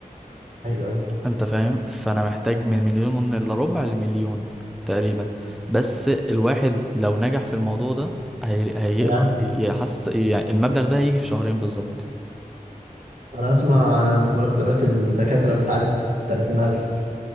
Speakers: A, on the right; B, in the centre.
A: ايوه ايوه
B: انت فاهم فانا محتاج من مليون الا ربع لمليون تقريبا بس الواحد لو نجح في الموضوع ده هي... هيقدر
A: هيعدي
B: يحس يعني المبلغ ده هيجي في شهرين بالظبط
A: انا اسمع مرتبات الدكاتره بتعدي 30000